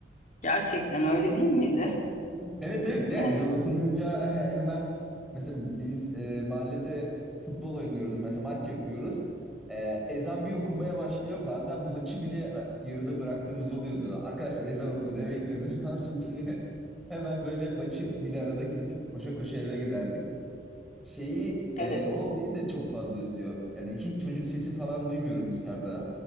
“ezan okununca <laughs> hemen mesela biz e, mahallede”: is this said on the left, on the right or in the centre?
Centre